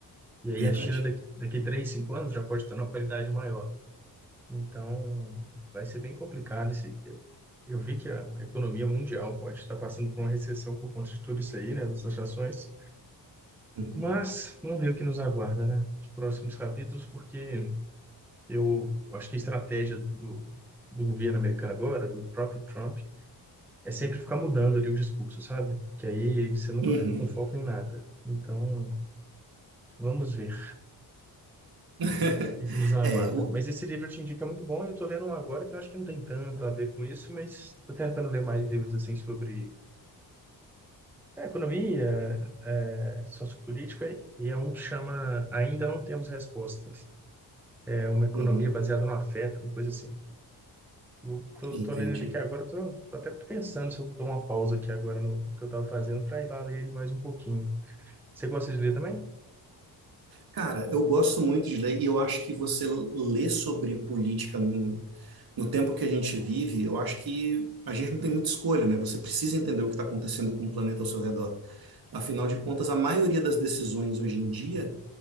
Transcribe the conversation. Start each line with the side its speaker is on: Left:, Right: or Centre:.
Centre: E aí
Right: Verdade.
Centre: a China daqui, daqui 3 5 anos já pode estar numa qualidade maior. Então, vai ser bem complicado esse. Eu vi que a economia mundial pode estar passando por uma recessão por conta de tudo isso aí, né, das ações
Right: Uhum.
Centre: Mas vamos ver o que nos aguarda, né, os próximos capítulos, porque eu acho que a estratégia do, do governo americano agora, do próprio Trump, é sempre ficar mudando ali o discurso, sabe? Que aí você nunca
Right: Uhum.
Centre: fica com foco em nada. Então, vamos ver.
Right: <laughs>
Centre: e que nos aguarda.
Right: É, o-
Centre: Mas esse livro eu te indico é muito bom, e eu estou lendo um agora que eu acho que não tem tanto a ver com isso, mas estou tentando ler mais livros assim sobre é, economia, é, sociopolítica, e é um que chama Ainda Não Temos Respostas. É uma economia
Right: uhum.
Centre: baseada no afeto, uma coisa assim. Eu tô,
Right: Entendi.
Centre: tô lendo ele aqui agora, tô, tô até pensando se eu dou uma pausa aqui agora no que eu estava fazendo para ir lá ler ele mais um pouquinho. Você gosta de ler também?
Right: Cara, eu gosto muito de ler e eu acho que você ler sobre política no, no tempo que a gente vive, eu acho que a gente não tem muita escolha, né? Você precisa entender o que está acontecendo com o planeta ao seu redor. Afinal
Centre: Uhum,
Right: de contas, a maioria das decisões hoje em dia